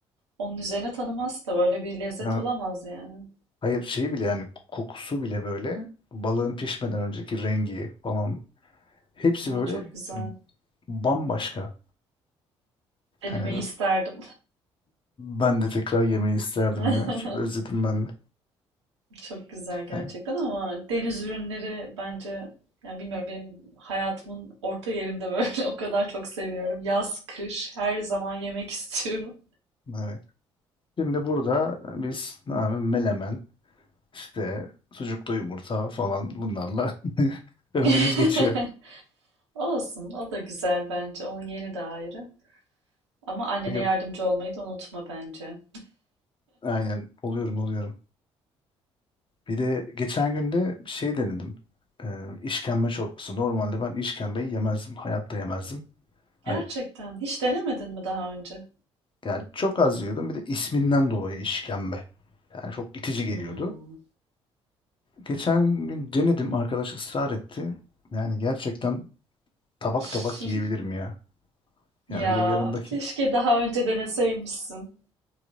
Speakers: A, on the right; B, on the left.
A: Onun üzerine tanımaz da böyle bir lezzet
B: yani
A: olamaz yani.
B: Hayır şeyi bile yani kokusu bile böyle balığın pişmeden önceki rengi falan hepsi
A: Aa,
B: böyle
A: çok güzel.
B: bambaşka.
A: Denemeyi
B: Yani
A: isterdim.
B: ben de tekrar yemeyi isterdim
A: <laughs>
B: ya. Özledim ben de.
A: Çok güzel gerçekten
B: Yani
A: ama deniz ürünleri bence yani bilmiyorum benim hayatımın orta yerinde böyle <laughs> o kadar çok seviyorum. Yaz, kış her zaman yemek istiyorum.
B: evet. Şimdi burada biz ne abi melemen işte sucuklu yumurta falan bunlarla <laughs> ömrümüz
A: <laughs>
B: geçiyor.
A: Olsun o da güzel bence. Onun yeri de ayrı. Ama annene
B: E,
A: yardımcı olmayı da unutma bence.
B: aynen oluyorum oluyorum. Bir de geçen gün de şey denedim. E, işkembe çorbası. Normalde ben işkembeyi yemezdim. Hayatta yemezdim. Hani
A: Gerçekten hiç denemedin mi daha önce?
B: Yani çok az yiyordum. Bir de isminden dolayı işkembe. Yani çok itici geliyordu.
A: Hmm.
B: Geçen gün denedim. Arkadaş ısrar etti. Yani gerçekten tabak
A: <laughs>
B: tabak yiyebilirim ya.
A: Ya
B: Yani bir de yanındaki
A: keşke daha önce deneseymişsin.